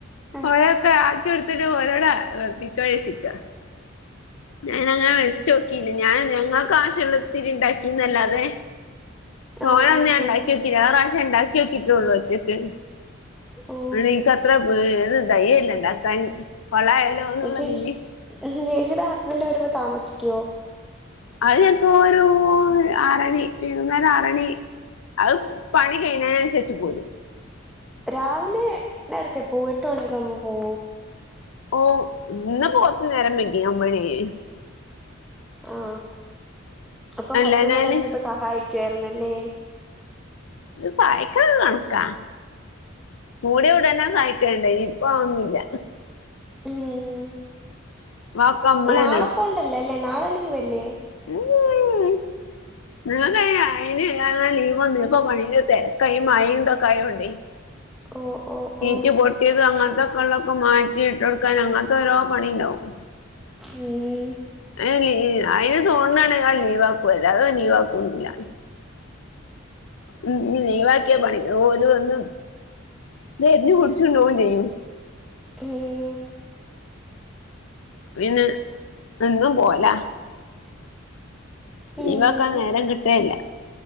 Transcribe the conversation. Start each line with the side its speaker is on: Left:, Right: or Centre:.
Centre: ആഹ്
Left: ഓരൊക്ക ആക്കി കൊടുത്തിട്ട് ഒരോടാ മിക്ക ചിക്ക <unintelligible> ഞാനങ്ങ വെച്ചോക്കിയില്ല ഞാൻ ഞങ്ങക്ക് ആവിശൊള്ളത്തിരി ഇണ്ടാക്കിന്നല്ലാതെ തോനയൊന്നും
Centre: ആഹ് ആഹ്
Left: ഞാൻ ഇണ്ടാക്കി വെക്കില്ല ഒറാശ്യം ഇണ്ടാക്കി നോക്കിട്ടേള്ളു ഒറ്റക്ക്
Centre: ഓ
Left: അയിന് ഇൻക്ക് അത്ര പേ ഒര് ധൈര്യം ഇല്ല ഇണ്ടാക്കാൻ കൊളായാലോ? എന്നുള്ളതില്
Centre: <unintelligible> ചേച്ചി ചേച്ചീടെ ഹസ്ബെന്റ് വെരുമ്പൊ താമസിക്കോ?
Left: അഹ് ചെൽപ്പോ ഒരു ആറെണി വൈകുന്നേരം ആറെണി അഹ് പണി കഴ്ണെന് അന്സെര്ച്ച് പേരും
Centre: രാവിലെ നേരത്തെ പോവോ? എട്ട് മണിയൊക്കെ ആവുമ്പം പോവോ?
Left: പോവും ഇന്ന് ഇപ്പം കൊർച്ച് നേരം വെങ്കി ഒമ്പെണി ആയി
Centre: ആ അപ്പൊ
Left: അല്ലാഞ്ഞാല്
Centre: ഹസ്ബന്റൊണ്ടാരുന്നെങ്കി ഇപ്പൊ സഹായിക്കുവായിരുന്നല്ലേ
Left: സഹായിക്കല് കണക്കാ മൂട ഉടന്നെ സ വേണ്ടയും ഇപ്പൊ അതൊന്നു ഇല്ല
Centre: ഉം
Left: ഒക്കെ നമ്മളന്നെ
Centre: നാളെ പോവണ്ടല്ലോ അല്ലേ നാളെ ലീവല്ലേ
Left: ഓ <unintelligible> നിങ്ങക്ക് അയിന് അയിന് ലീവ് ഒന്നൂല്യ ഇപ്പോ പണിന്റെ തെരക്കാ ഈ മഴേം ഇതൊക്ക ആയോണ്ടെ.
Centre: ഓഹ് ഓഹ് ഒഹ്
Left: റ്റി പൊട്ടിയത് അങ്ങനത്തൊക്കെ ഒള്ളൊക്കെ മാറ്റി ഇട്ട് കൊടുക്കാൻ അങ്ങനത്തെ ഓരോ പണിയിണ്ടാവും
Centre: ഉം
Left: അയിന് ലീവ് അയിന് തോണ്ണാണെങ്കി അഹ് ലീവാക്കും അല്ലാതെ അത് ലീവാക്കൊന്നും ഇല്ല ഉ ഇഞ് ലീവാക്കിയാ പണിന്ന് ഓല് വന്ന് തെരഞ്ഞു പുടിച്ചുണ്ടോവും ചെയ്യും.
Centre: ഏഹ്
Left: പിന്നെ എന്നും പോവ്‌ലാ
Centre: ഉം
Left: ലീവാക്കാൻ നേരം കിട്ടെ ഇല്ല